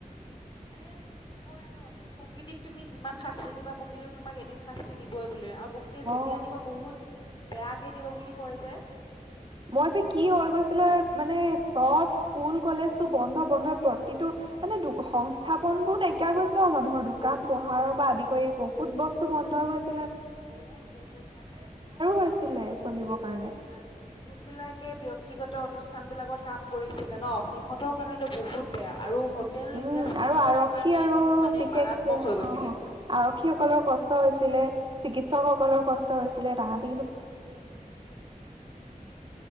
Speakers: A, on the left (about 35°); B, on the right (about 35°).
A: মানে কয় ন তুমি প্ৰকৃতিক তুমি যিমান শাস্তি দিবা প্ৰকৃতিও তোমাক এদিন শাস্তি দিব বোলে আৰু প্ৰকৃতিয়ে যেতিয়া
B: অ
A: দিব বহুত বেয়াকে দিব বুলি কয় যে।
B: মই যে কি হৈ গৈছিলে মানে চব স্কুল কলেজটো বন্ধ-বন্ধ প্ৰতিটো মানে দু-সংস্থাপনবোৰ নাইকিয়া গৈছিলে মানুহৰ দোকান পোহাৰৰ পৰা আদি কৰি বহুত বস্তু বন্ধ হৈ গৈছ
A: বহুত-বহুত মানে এই,
B: হৈছিলে চলিবৰ কাৰণে।
A: যোনবিলাক-যোনবিলাক কে ব্যক্তিগত অনুষ্ঠান বিলাকত কাম কৰিছিলে ন, সিহঁতৰ কাৰণেটো বহুত বেয়া। আৰু হোটেল
B: উম,
A: ইণ্ডাষ্ট্ৰিটোৰ
B: আৰু আৰক্ষী
A: কাৰণেতো
B: আৰু
A: মানে
B: বিশেষকে
A: মাৰাত্মক হৈ গৈছিলে
B: অ', আৰক্ষী সকলৰ কষ্ট হৈ ছিলে,
A: উম,
B: চিকিৎসকসকলৰ কষ্ট হৈছিলে তাহাত
A: বহুত কষ্ট হৈছিলে বহুত কষ্ট।